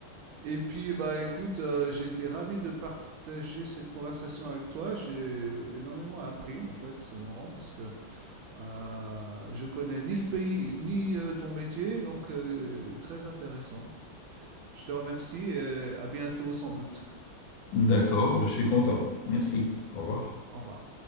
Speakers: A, on the right (about 75°); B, on the left (about 75°).
A: Et puis bah écoute, euh, j'ai été ravi de partager cette conversation avec toi. J'ai énormément appris en fait, c'est marrant parce que euh, je connais ni le pays ni euh, ton métier, donc euh, très intéressant. Je te remercie et euh, à bientôt sans doute.
B: D'accord, je suis content. Merci. Au revoir.
A: Au revoir.